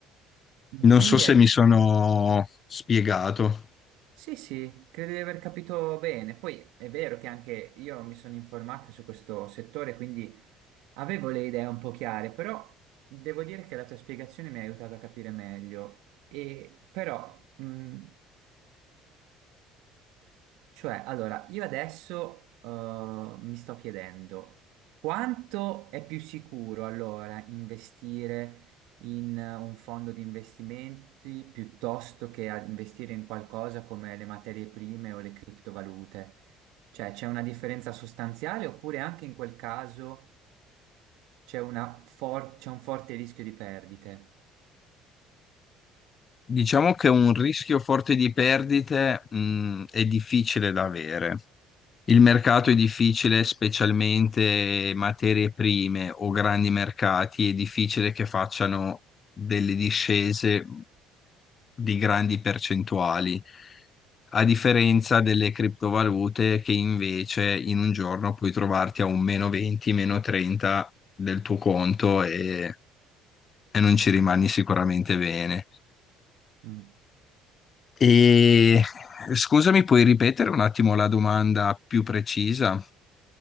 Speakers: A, on the right; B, on the left.
A: ma
B: Non
A: quindi
B: so se
A: è-
B: mi sono spiegato.
A: sì, sì, credo di aver capito bene. Poi è vero che anche io mi sono informata su questo settore, quindi Avevo le idee un po' chiare, però devo dire che la tua spiegazione mi ha aiutato a capire meglio. E però, mh, cioè, allora, io adesso eh, mi sto chiedendo quanto è più sicuro allora investire in eh, un fondo di investimenti piuttosto che a- investire in qualcosa come le materie prime o le criptovalute? Cioè, c'è una differenza sostanziale oppure anche in quel caso... c'è una for- c'è un forte rischio di perdite.
B: Diciamo che un rischio forte di perdite, mh, è difficile da avere. Il mercato è difficile, specialmente materie prime o grandi mercati, è difficile che facciano delle discese di grandi percentuali, a differenza delle criptovalute che invece in un giorno puoi trovarti a un meno 20, meno 30 del tuo conto e, e non ci rimani sicuramente bene.
A: Mm.
B: E scusami, puoi ripetere un attimo la domanda più precisa,